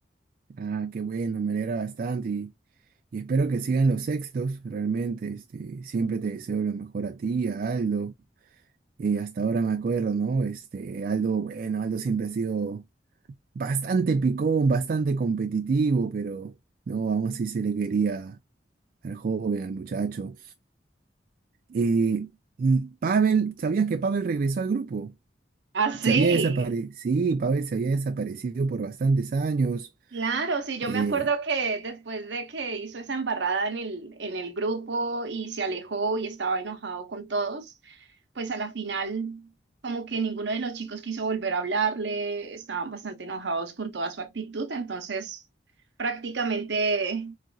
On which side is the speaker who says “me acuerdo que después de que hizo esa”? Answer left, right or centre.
Right